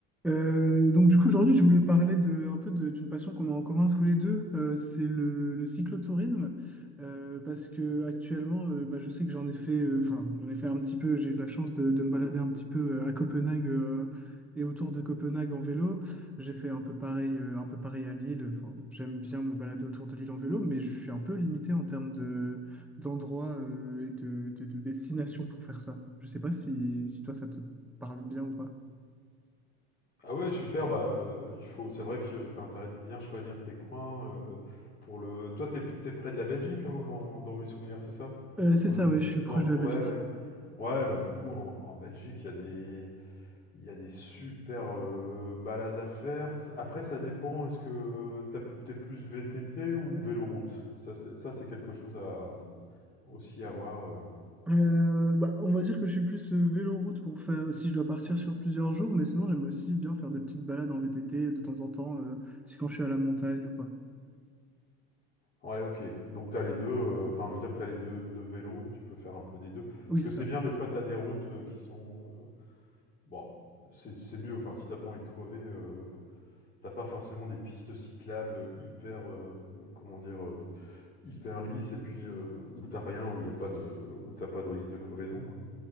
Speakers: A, in the centre; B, on the left.
A: Euh, donc du coup aujourd'hui je voulais parler de, un peu de- d'une passion qu'on a en commun tous les deux, euh, c'est le, le cyclotourisme, Euh, parce que actuellement euh, bah, je sais que j'en ai fait, euh, enfin j'en ai fait un petit peu, j'ai eu la chance de, de me balader un petit peu euh, à Copenhague euh, et autour de Copenhague en vélo. J'ai fait un peu pareil, euh, un peu pareil à Lille. Enfin, j'aime bien me balader autour de Lille en vélo, mais je suis un peu limité en termes de d'endroits euh, et de, de, de destinations pour faire ça. Je sais pas si, si toi ça te parle bien ou pas.
B: Ah ouais, super, bah, heu, il faut c'est vrai que tu as intérêt de bien choisir tes coins, heu, pour le toi, t'es es près de la Belgique, hein, dans dans mes souvenirs, c'est ça?
A: Euh, c'est
B: Dans
A: ça,
B: le
A: ouais,
B: de
A: je suis
B: nord
A: proche de la Belgique.
B: ouais, ouais. Ouais, bah, du coup, en en Belgique, il y a des il y a des super, heu, balades à faire. après, ça dépend, est-ce que tu as p tu es plus VTT ou véloroute? Ça, c'est ça, c'est quelque chose à, mmh, aussi à voir, heu
A: Euh, bah, on va dire que je suis plus euh, véloroute pour faire euh, si je dois partir sur plusieurs jours, mais sinon j'aime aussi bien faire des petites balades en VTT de temps en temps, euh, c'est quand je suis à la montagne ou quoi.
B: Ouais, OK. Donc tu as les 2. heu, enfin je veux dire que tu as les deux 2 vélos, tu peux faire un peu des 2.
A: Oui,
B: Parce que
A: c'est
B: c'est
A: ça.
B: bien des fois tu as des routes, heu, qui sont, heu, bon, c'est c'est mieux, enfin si t'as pas envie de crever, heu, tu pas forcément des pistes cyclables, hyper, heu, comment dire? Heu, hyper lisses et puis, heu, où t'as rien, où y a pas de où t'as pas de risque de crevaison, quoi.